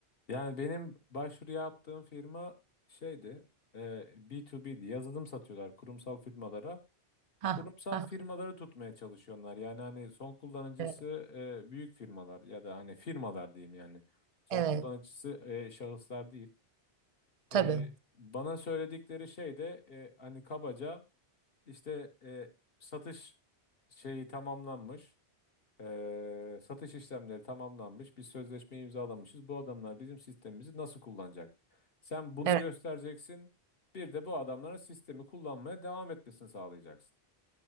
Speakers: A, on the left (about 60°); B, on the right (about 45°).
A: Yani benim başvuru yaptığım firma şeydi, e, B2B'di. Yazılım satıyorlar kurumsal firmalara.
B: Ha,
A: Kurumsal
B: ha.
A: firmaları tutmaya çalışıyorlar. Yani hani son kullanıcısı
B: Evet,
A: e, büyük firmalar ya da hani firmalar diyeyim yani. Son
B: evet,
A: kullanıcısı e, şahıslar değil.
B: tabii.
A: E, bana söyledikleri şey de e, hani kabaca işte e, satış şeyi tamamlanmış. Ee, satış işlemleri tamamlanmış. Biz sözleşme imzalamışız. Bu adamlar bizim sistemimizi nasıl kullanacak? Sen bunu
B: Evet.
A: göstereceksin. Bir de bu adamların sistemi kullanmaya devam etmesini sağlayacaksın.